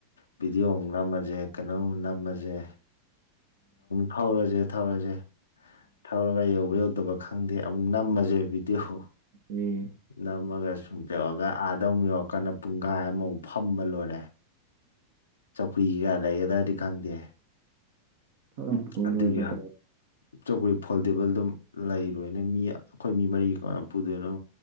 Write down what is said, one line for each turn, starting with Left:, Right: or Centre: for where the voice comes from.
Left: ꯚꯤꯗꯤꯑꯣ ꯑꯃꯨꯛ ꯅꯝꯃꯁꯦ ꯀꯩꯅꯣ ꯃꯨꯛ ꯊꯝꯃꯁꯦ ꯊꯧꯔꯁꯦ ꯊꯧꯔꯁꯦ ꯊꯧꯔꯒ ꯌꯧꯕ ꯌꯧꯗꯕ ꯈꯪꯗꯦ ꯑꯃꯨꯛ ꯅꯝꯃꯁꯦ ꯚꯤꯗꯤꯑꯣ
Right: ꯎꯝ
Left: ꯅꯝꯃꯒ ꯁꯨꯝ ꯌꯧꯔꯒ ꯑꯥꯗ ꯑꯃꯨꯛ ꯌꯧꯔꯀꯥꯟꯗ ꯄꯨꯡꯈꯥꯏ ꯑꯃꯃꯨꯛ ꯐꯝꯕ ꯂꯣꯏꯔꯦ ꯆꯧꯀ꯭ꯔꯤ ꯀꯌꯥ ꯂꯩꯒꯗ꯭ꯔꯥꯗꯤ ꯈꯪꯗꯦ
Right: ꯑꯃ ꯄꯨ
Left: ꯑꯗꯨꯒꯤ
Right: ꯂꯣꯏꯒꯗ꯭ꯔꯥ
Left: ꯆꯧꯀꯔ꯭ꯤ ꯐꯣꯜꯗꯦꯕꯜꯗꯣ ꯂꯩꯔꯣꯏꯅꯦ ꯃꯤ ꯑꯩꯈꯣꯏ ꯃꯤ ꯃꯔꯤ ꯀꯃꯥꯏꯅ ꯄꯨꯗꯣꯏꯅꯣ